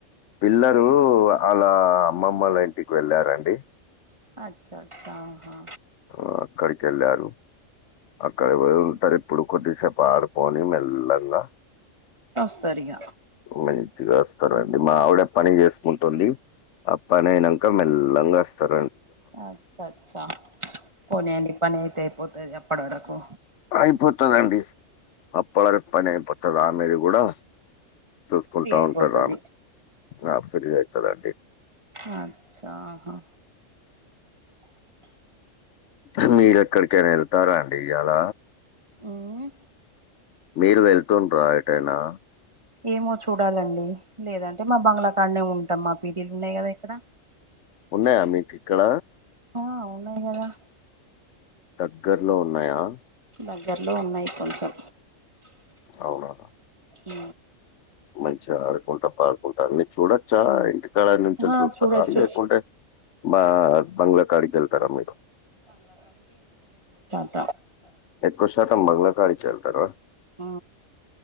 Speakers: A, on the left; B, on the right.
A: పిల్ల లు వాళ్ళ అమ్మమ్మల ఇంటికి వెళ్ళారండి
B: అచ్చా అచ్చా ఆహా
A: ఆ, అక్కడికి వెళ్ళారు అక్కడ ఎవరెవరు ఉంటారు ఇప్పుడు కొద్దిసేపు ఆడుకొని మెల్ల లంగా
B: సరే <inaudible>
A: మంచిగా వస్తారండి మా ఆవిడ పని చేసుకుంటుంది ఆ పని అయినాక మెల్ల లంగ వస్తారు
B: అచ్చ అచ్చా పోనీ అండి పని అయితే అయిపోతుంది అప్పటి వరకు
A: అయిపోతదండి అప్పటివరకు పని అయిపోతది ఆమెది కూడా చూసుకుంటా
B: ఫ్రీ అయిపోతది
A: ఉంటారు నాకు సరిగా అవుతుందండి <inaudible>
B: అచ్చాహా
A: ఉమ్ మీరెక్కడికైనా వెళ్తారా అండి ఇయల
B: ఉహు
A: మీరు వెళ్తుండ్రా ఏటైనా
B: ఏమో చూడాలండి లేదంటే మా బంగ్లాకాడనే ఉంటాం మా <inaudible> ఉన్నాయి కదా ఇక్కడ
A: ఉన్నాయా మీకు ఇక్కడ
B: హా ఉన్నాయి కదా
A: దగ్గర్లో ఉన్నాయా
B: దగ్గరలో ఉన్నాయి కొంచెం
A: అవునా
B: అ
A: మంచిగా ఆడుకుంటా పాడుకుంటా అన్నీ చూడ వచ్చార ఇంటి కాడ నుంచే
B: ఆ
A: చూస్తుర్ర
B: చూడొచ్చు
A: లేకుంటే మా బంగ్లాకాడికివేలతర మీరు
B: ఆ
A: ఎక్కువ శాతం బంగ్లా కాడికే వెళ్తారా
B: ఆ